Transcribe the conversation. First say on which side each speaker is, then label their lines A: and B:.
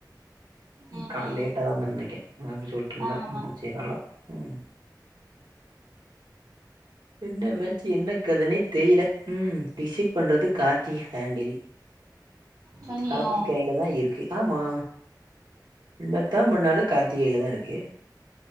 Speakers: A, on the right; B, on the right.
A: ம்
B: கா
A: ம்
B: லேட்டா தா தந் இன்னக்கே அப்டி சொல்ட்டுர்ந்தா
A: ஆமா
B: என்ன செய்றாளோ ம் என்ன மேட்சி என்ன கதனே தெரியல ம் டிசைட் பண்றது கார்த்தி ஹேண்டில்
A: சொன்னியோ
B: கார்த்தி கையில தா இருக்கு ஆமா என்னத்தா பன்னாலு கார்த்தி கைலதாருக்கு